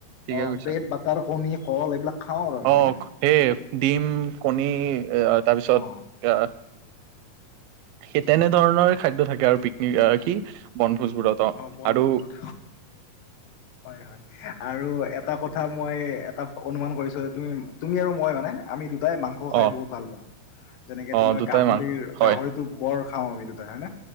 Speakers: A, on the right (about 85°); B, on the left (about 75°).
A: ঠিকে
B: অ
A: কৈছা
B: ব্ৰেড বাটাৰ কণী কল এইবিলাক খাওঁ আৰু আমি
A: অ
B: হেনে
A: সেই ডিম কণী তাৰপিছত
B: অ
A: এ সেই তেনেধৰণৰ খাদ্য থাকে আৰু পিকনিক কি বনভোজবোৰত অ
B: অঁ বনভোজত
A: আৰু
B: হয় হয়। আৰু এটা কথা মই এটা অনুমান কৰিছো যে তুমি তুমি আৰু মই মানে। আমি দুটাই মাংস খাই
A: অ
B: বহুত ভাল পাওঁ। যেনেকে
A: অ
B: তোমাৰ
A: দুটাই
B: গাহৰি
A: মান হয়
B: গাহৰিত টো বৰ খাওঁ আমি দুটাই হয়ে নে।